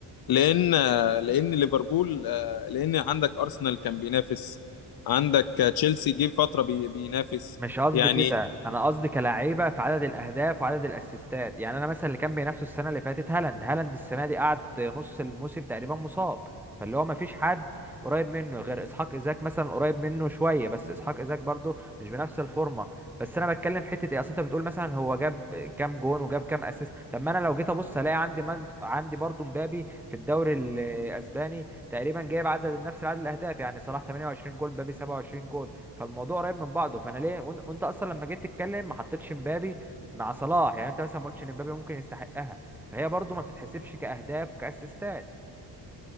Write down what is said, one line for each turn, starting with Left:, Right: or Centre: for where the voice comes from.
Left: لان لان ليفربول آه، لان عندك ارسنال كان بينافس عندك تشيلسي جه فتره بي- بينافس
Centre: مش قصدي
Left: يعني
Centre: كده انا قصدي كلاعيبه في عدد الاهداف وعدد الاسيستات يعني انا مثلا اللي كان بينافسه السنه اللي فاتت هالاند هالاند السنه دي قعد نص الموسم تقريبا مصاب فاللي هو ما فيش حد قريب منه غير اسحاق ايزاك مثلا قريب منه شويه بس اسحاق ايزاك برضه مش بنفس الفورمه بس انا بتكلم في حته ايه اصل انت بتقول مثلا هو جاب كام جون وجاب كام اسيست طب ما انا لو جيت ابص الاقي عندي من... عندي برضه مبابي في الدوري الاسباني تقريبا جايب عدد نفس عدد الاهداف يعني صلاح 28 جول مبابي 27 جول فالموضوع قريب من بعضه فانا ليه وإن- وانت اصلا لما جيت تتكلم ما حطيتش مبابي مع صلاح يعني انت مثلا ما قلتش ان مبابي ممكن يستحقها فهي برضو ما بتتحسبش كاهداف وكاسيستات